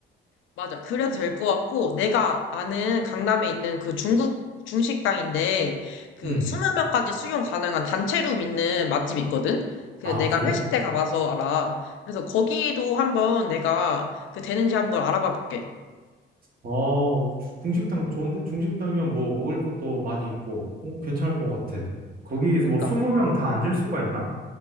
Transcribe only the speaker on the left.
맞아. 그래도 될 것 같고, 내가 아는 강남에 있는 그 중국 중식당인데, 그
20명까지 수용 가능한 단체룸 있는 맛집이 있거든? 그
내가
회식 때 가봐서 알아. 그래서 거기도 한번 내가 그 되는지 한번 알아봐 볼게.
그러니까,